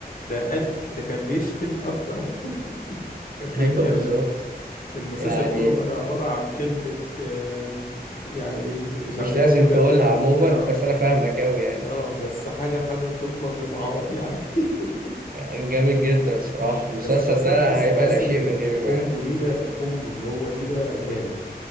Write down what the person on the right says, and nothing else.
ايوه بالظبط
يعني
مش
لازم
تقولها عموما
بس انا فاهمك اوي يعني
كان جامد جدا الصراحه المسلسل
ده
هيبقى
لا شيء
من غيره
يعني